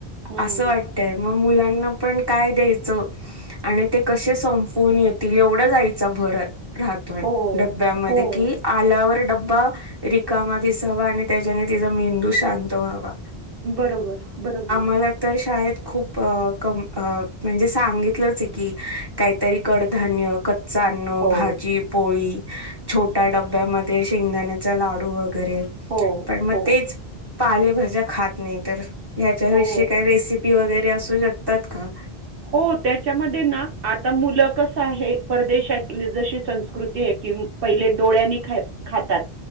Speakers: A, on the right (about 65°); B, on the right (about 25°).
A: हं,
B: असं वाटतय. मग मुलांना पण काय द्यायचं. आणि ते कसे संपून येतील. एवढंच आईचा भर आहे. राहतोय
A: हो,
B: डब्यामध्ये
A: हो.
B: कि, आल्यावर डब्बा रिकामा दिसावा. आणि त्याच्याने तिचा मेंदू शांत व्हावा.
A: बरोबर बरोबर.
B: मला तर शाळेत खूप अ कमी म्हणजे सांगितलंच की, काहीतरी कडधान्य, कच्च अन्न,
A: हो,
B: भाजी पोळी, छोट्या डब्यामध्ये शेंगदाण्याचा लाडू वगैरे.
A: हो,
B: पण मग
A: हो,
B: तेच पालेभाज्या खात नाही तर, ह्याच्याविषयी
A: हो.
B: काय रेसिपी वगैरे असू शकतात का.
A: हो. त्याच्यामध्ये ना आता मुलं कस आहे. परदेशातली जशी संस्कृती आहे की नाही. पहिले डोळ्यांनी ख खातात.